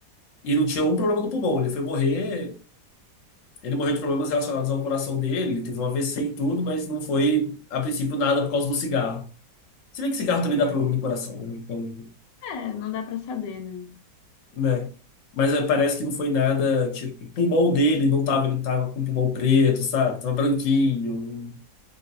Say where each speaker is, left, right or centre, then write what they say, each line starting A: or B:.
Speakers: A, on the left; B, on the left.
A: E não tinha um problema do pulmão. Ele foi morrer. Ele morreu de problemas relacionados ao coração dele, ele teve um AVC e tudo, mas não foi, a princípio, nada por causa do cigarro. Se bem que cigarro também dá problema no coração, né? Então.
B: É, não dá pra saber, né?
A: né? Mas é, parece que não foi nada, tipo, o pulmão dele não tava, ele tava com o pulmão preto, sabe? Tava branquinho.